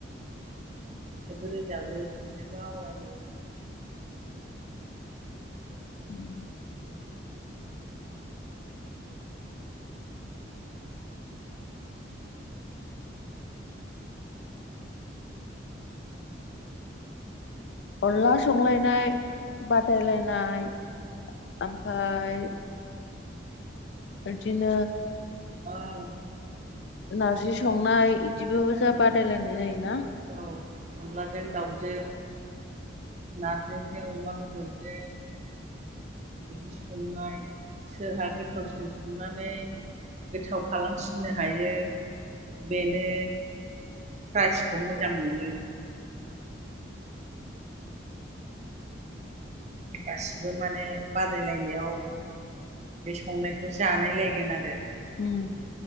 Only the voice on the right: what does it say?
मेथाइबो रोजाबो खनथाइबो आवरायो
औ
औ
औ अनलाजों दाउजों नारजि अमा बेेदरजों बिदि संनाय सोरहा गोथावसिन संनानै गोथाव खालामफिननो हायो बेनो प्राइजखौ मोजां मोनो गासिबो माने बादायलायनायाव बे संनायखौ जानायलायगोन आरो